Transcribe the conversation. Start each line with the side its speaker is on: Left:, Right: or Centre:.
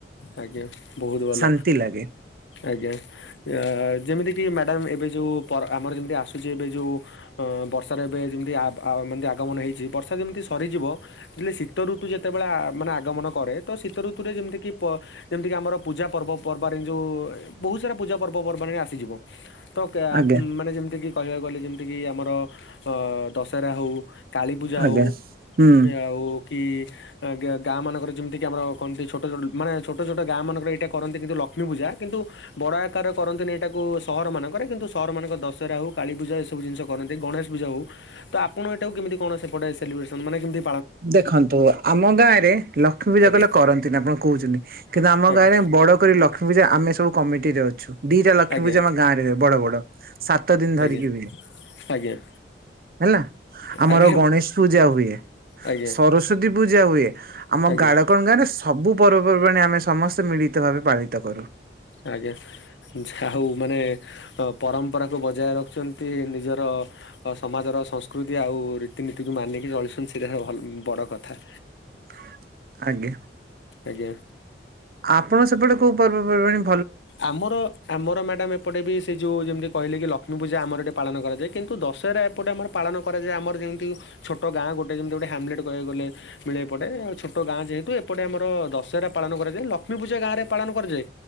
Left: ଆଜ୍ଞା ବହୁତ ଭଲ
Right: ଶାନ୍ତି ଲାଗେ
Left: ଆଜ୍ଞା ଆ ଯେମିତି କି ମ୍ୟାଡ଼ାମ ଏ ଏବେ ଯୋଉ ପର ଆମର ଯେମିତି ଆସୁଛି ଏବେ ଯୋଉ ଅ ବର୍ଷାର ଏବେ ଯେମିତିି ଆ ଆଗମନ ହେଇଛି ବର୍ଷା ଯେମିତି ସରିଯିବ ଯେତେବେଳେ ଶୀତ ଋତୁ ଯେତେବେଳେ ଆ ମାନେ ଆଗମନ କରେ ତ ଶୀତ ଋତୁରେ ଯେମିତି କିି ପ ଯେମିତିକି ଆମର ପୂଜା ପର୍ବ ପର୍ବାରେ ଯୋଉ ବହୁତ ସାରା ପୂଜା ପର୍ବ ପର୍ବାଣି ରେ ଆସିଯିବ। ତ କେ ଆ
Right: ଆଜ୍ଞା
Left: ମାନେ ଯେମିତି କି କହିବାକୁ ଗଲେ ଯେମିତି କିି ଆମର ଅ ଦଶହରା ହଉ କାଳୀ ପୂଜା
Right: ଆଜ୍ଞା
Left: ହଉ
Right: ହୁଁ।
Left: ଆଉ କି ଗା ଗା ମାନଙ୍କର ଯେମିତି କି ଆମର କହନ୍ତି ଛୋଟ ଛୋଟ ମାନେ ଛୋଟ ଛୋଟ ଗାଁ ମାନଙ୍କରେ ଏଇଟା କରନ୍ତି କିନ୍ତୁ ଲକ୍ଷ୍ମୀ ପୂଜା କିନ୍ତୁ ବଡ ଆକାରରେ କରନ୍ତିନି ଏଇଟାକୁ ସହର ମାନଙ୍କ କରେ କିନ୍ତୁ ସହର ମାନଙ୍କରେ ଦଶହରା ହଉ କାଳି ପୂଜା ଏ ସବୁ ଜିନିଷ କରନ୍ତି ଗଣେଶ ପୂଜା ହଉ ତ ଆ ପଣ ଏଟାକୁ କେମତି କଣ ସେପଟେ ସେଲିବ୍ରେସନ ମାନେ କେମତି
Right: ଦେଖନ୍ତୁ ଆମ ଗାଁ ରେ ଲକ୍ଷ୍ମୀ ପୂଜା
Left: ଆଜ୍ଞା
Right: କହିଲେ କରନ୍ତିନି ଆପଣ କରୁଛନ୍ତି କିନ୍ତୁ ଆମ
Left: ଆଜ୍ଞା
Right: ଗାଁରେ ବଡ କରି ଲକ୍ଷ୍ମୀ ପୂଜା ଆମେ ସବୁ କମିଟିରେ ଅଛୁ ଦିଟା ଲକ୍ଷ୍ମୀ
Left: ଆଜ୍ଞା
Right: ପୂଜା ଆମ ଗାଁରେ ହୁଏ ବଡ ବଡ। ସାତ ଦିନ ଧରିକି
Left: ଆଜ୍ଞା
Right: ହୁଏ।
Left: ଆଜ୍ଞା
Right: ହେଲା ଆମର
Left: ଆଜ୍ଞା
Right: ଗଣେଶ ପୂଜା ହୁଏ।
Left: ଆଜ୍ଞା
Right: ସରସ୍ଵତୀ ପୂଜା ହୁଏ ଆମ
Left: ଆଜ୍ଞା।
Right: ଗାଡ କ ମ ଗାଁ ରେ ସବୁ ପର୍ବପର୍ବାଣି ଆମେ ସମସ୍ତେ ମିଳିତ ଭାବେ ପାଳିତ କରୁ
Left: ଆଜ୍ଞା ଯାହା ହଉ ମାନେ ଅ ପରମ୍ପରାକୁ ବଜାୟ ରଖୁଛନ୍ତି ନିଜର ସମାଜର ସଂସ୍କୃତି ଆଉ ରୀତିନୀତିକୁ ମାନିକି ଚଳୁଛନ୍ତି ସେଇଟାଲ ବଡ଼ କଥା
Right: ହ ଆଜ୍ଞା
Left: ଆଜ୍ଞା
Right: ଆପଣ ସେପଟେ କୋଉ ପର୍ବପର୍ବାଣି
Left: ଆମର ଆମର ମ୍ୟାଡ଼ାମ ଏପଟେ ବି ସେ ଯେଉ ଯେମିତି କହିଲେ କି ଲକ୍ଷ୍ମୀ ପୂଜା ଆମର ଏଠି ପାଳନ କରାଯାଏ କିନ୍ତୁ ଦଶହରା ସେପଟେ ଆମର ପାଳନ କରାଯାଏ ଆମର ଯେମିତି ଛୋଟ ଗାଁ ଗୋଟେ ଯେମିତି ଗୋଟେ ହ୍ୟାମଲେଟ୍ କହିବାକୁଗଲେ ମିଳେ ଏପଟେ ଛୋଟ ଗାଁ ଯେହେତୁ ଏପଟେ ଆମର ଦଶହରା ପାଳନ କରାଯାଏ ଲକ୍ଷ୍ମୀ ପୂଜା ଗାଁରେ ପାଳନ କରାଯାଏ।